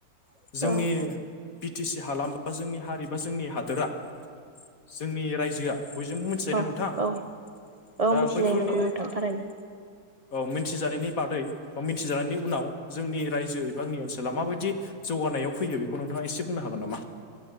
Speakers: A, on the right; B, on the left.
A: उम
B: जोंनि बि टि सि हालाम बा जोंनि हारि बा जोंनि हादोरा जोंनि रायजोआ बयजोंबो मिथिजायो
A: औ
B: ना नोंथां
A: औ औ
B: दा
A: मिथिजायो
B: बैफोरनि
A: नंगौ नोंथां थारैनो
B: औ मिथिजानायनि बादै बा मिथिजानायनि उनाव जोंनि रायजो एबांनि ओनसोला माबायदि जौगानायाव फैयो बेखौ नोंथाङा एसे बुंनो हागोन नामा?